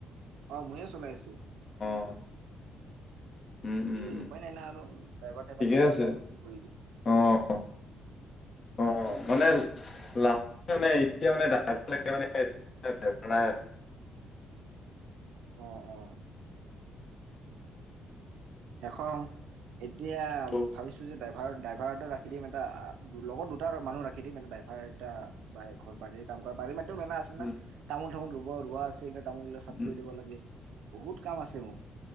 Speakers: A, on the right; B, on the left.
A: অ', ময়ে চলাই আছোঁ৷
B: অ'। উম, উম,
A: কি কৰি
B: উম,
A: উপায় নাই না আৰু ড্ৰাইভাৰ টাইভাৰ
B: ঠিকে
A: নাপালে
B: আছে
A: আৰু কি কৰিবি?
B: অ'। অ', মানে <unintelligible> মানে এতিয়া মানে লে মানে <unintelligible> মানে
A: অ অ এশ, এতিয়া
B: আৰু।
A: ভাবিছো যে ড্ৰাই আৰু ড্ৰাইভাৰ এটা ৰাখি দিম এটা, লগত দুটা মানুহ ৰাখি দিম এটা ড্ৰাইভাৰ এটা বাৰী ঘৰ বাৰী কাম কৰা বাৰী মাটিয়ো মেলা আছে
B: উম,
A: না, তামোল চামোল ৰুব-ৰোৱা আছে। এই <unintelligible> তামোলবিলাক শাক
B: উম,
A: কৰি দিব লাগে, বহুত কাম আছে মোৰ৷